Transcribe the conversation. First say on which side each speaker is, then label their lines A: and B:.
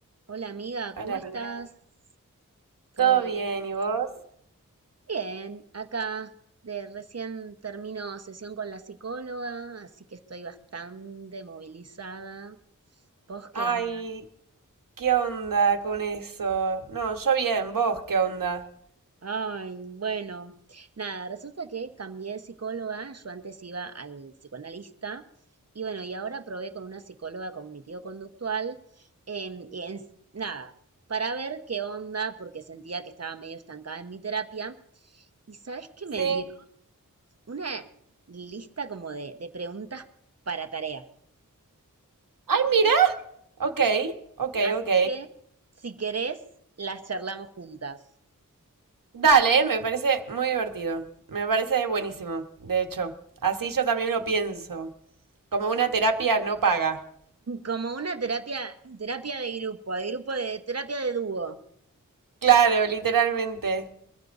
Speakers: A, on the right; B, on the right.
A: Hola amiga,
B: Hola,
A: ¿cómo estás?
B: amiga.
A: ¿Todo
B: ¿Todo
A: bien?
B: bien? ¿Y vos?
A: Bien, acá de recién termino sesión con la psicóloga, así que estoy bastante movilizada. ¿Vos qué onda?
B: Ay, ¿qué onda con eso? No, yo bien, ¿vos qué onda?
A: Ay, bueno, nada, resulta que cambié de psicóloga, yo antes iba al psicoanalista y bueno, y ahora probé con una psicóloga cognitivo-conductual em, y en- nada, para ver qué onda porque sentía que estaba medio estancada en mi terapia y ¿sabes qué
B: Sí.
A: me dio? una lista como de, de preguntas para tareas.
B: Ay, mira. Ok, ok,
A: Así
B: ok.
A: que, si querés, las charlamos juntas.
B: Dale, me parece muy divertido. Me parece buenísimo, de hecho. Así yo también lo pienso. Como una terapia no paga.
A: Como una terapia, terapia de grupo, de grupo de terapia de dúo.
B: Claro, literalmente.